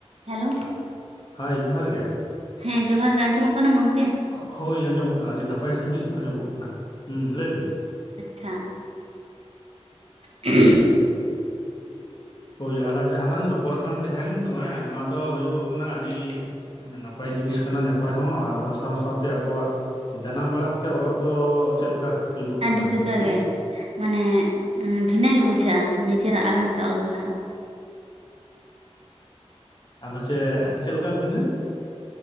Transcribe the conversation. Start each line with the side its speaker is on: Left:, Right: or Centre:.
Right: Hello
Left: hi ᱡᱚᱦᱟᱨ ᱜᱮ᱾
Right: ᱦᱮᱸ ᱡᱚᱦᱟᱨ ᱜᱮ ᱟᱸᱡᱚᱢᱚᱜ ᱠᱟᱱᱟ ᱜᱚᱝᱠᱮ?
Left: ᱦᱚᱜ.... ᱦᱚᱭ ᱟᱸᱡᱚᱢᱚᱜ ᱠᱟᱱᱟ ᱟᱹᱰᱤ ᱱᱟᱯᱟᱭ ᱥᱟᱺᱦᱤᱡ ᱟᱸᱡᱚᱢᱚᱜ ᱠᱟᱱᱟ ᱦᱮᱸ ᱞᱟᱹᱭ ᱵᱤᱱ᱾
Right: ᱟᱪᱪᱷᱟ᱾ <unintelligible>
Left: ᱦᱚᱭ ᱟᱞᱟᱝ ᱡᱟᱦᱟᱸ ᱞᱟᱝ ᱨᱚᱯᱚᱲ ᱠᱟᱱ ᱛᱟᱦᱮᱱ ᱱᱚᱬᱮ ᱱᱚᱣᱟ ᱫᱚ ᱦᱩᱭᱩᱜᱚᱜ ᱠᱟᱱᱟ ᱟᱹᱰᱤ ᱱᱟᱯᱟᱭ ᱡᱤᱱᱤᱥ ᱠᱟᱱᱟ ᱱᱟᱯᱟᱭ ᱦᱚᱸ ᱟᱨ ᱚᱱᱟ ᱥᱟᱶ ᱥᱟᱶᱛᱮ ᱟᱵᱚᱣᱟᱜ ᱡᱟᱱᱟᱢ ᱟᱲᱟᱝ ᱛᱮ ᱚᱞᱚᱜ ᱫᱚ ᱪᱮᱫ ᱞᱮᱠᱟ? ᱦᱩᱭᱩᱜᱚᱜ
Right: ᱟᱹᱰᱤ
Left: ᱠᱟᱱᱟ
Right: ᱡᱩᱫᱟᱹᱜᱮ
Left: ᱠᱚᱢ ᱵᱮᱥᱤ
Right: ᱢᱟᱱᱮ ᱵᱷᱤᱱᱟᱹ ᱜᱮ ᱵᱩᱡᱷᱟᱹᱜᱼᱟ ᱱᱤᱡᱮᱨᱟᱜ ᱟᱲᱟᱝ ᱛᱮ ᱚᱞ ᱯᱟᱲᱦᱟᱣ᱾
Left: ᱟᱫᱚ ᱪᱮᱫ ᱪᱮᱫ ᱞᱮᱠᱟ ᱵᱷᱤᱱᱟᱹ?